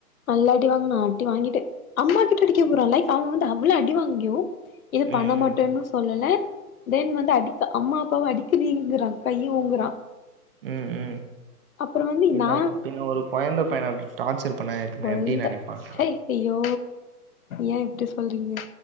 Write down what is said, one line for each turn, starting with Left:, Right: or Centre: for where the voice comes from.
Left: நல்லா அடி வாங்னா அடி வாங்கிட்டு அம்மா கிட்ட அடிக்க போறா லைக் அவ வந்து அவ்ள அடி வாங்கியு இது பண்ண
Right: ம்
Left: மாட்டேன்னு சொல்லல தென் வந்து அடிக்க அம்மா அப்பாவ அடிக்கறீங்குறா கைய ஓங்குறா
Right: ம் ம்
Left: அப்புறோ வந்து
Right: பின்ன
Left: நா
Right: பின்ன ஒரு கொயந்த பையன இப்டி டார்ச்சர் பண்ணா பின்ன
Left: கொழந்த
Right: எப்டி நெனைப்பாங்க
Left: சை ஐயோ ஏ இப்டி சொல்றீங்க?